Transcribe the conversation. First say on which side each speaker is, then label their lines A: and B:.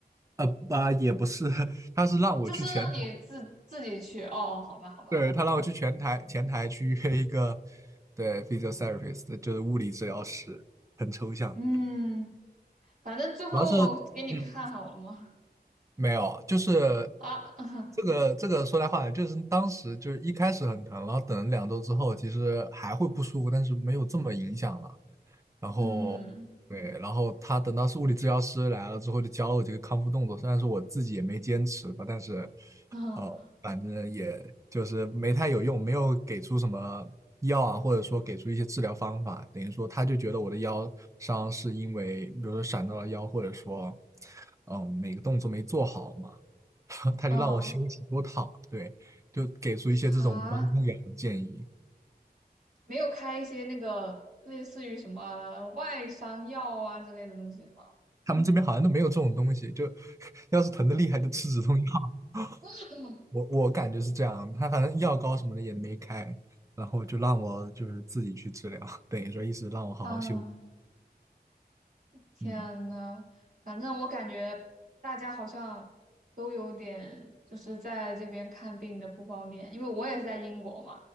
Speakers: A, on the right (about 20°); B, on the right (about 50°).
A: 呃，啊，也不是，<laughs> 他是让我去前
B: 就是让你自自己去。哦哦，好吧好吧，
A: 对，他让我去前台前台去约一个对 physiotherapist，就是物理治疗师，很抽象。
B: 嗯，反正最后给你看好了吗？
A: 主要是嗯，没有，就是
B: 啊，<laughs>
A: 这个这个说来话长，就是当时就是一开始很疼，然后等了两周之后，其实还会不舒服，但是没有这么影响了。然后对，
B: 嗯
A: 然后他等到是物理治疗师来了之后，就教了我这个康复动作。虽然说我自己也没坚持吧，但是
B: <laughs> 嗯
A: 呃，反正也就是没太有用，没有给出什么药啊，或者说给出一些治疗方法。等于说，他就觉得我的腰伤是因为，比如说闪到了腰，或者说嗯每个动作没做好嘛，<laughs> 他就让我休息多躺，
B: 哦，
A: 对，就给出一些这种无关痛痒的建议。
B: 啥？没有开一些那个类似于什么外伤药啊之类的东西吗？
A: 他们这边好像都没有这种东西，就 <laughs> 要是疼的厉害就吃止痛药。<laughs>
B: <laughs>
A: 我我感觉是这样，他反正药膏什么的也没开，然后就让我就是自己去治疗，<laughs> 等于说意思让我好好休息。
B: 啊，天呐，
A: 嗯
B: 反正我感觉大家好像都有点就是在这边看病的不方便，因为我也是在英国嘛。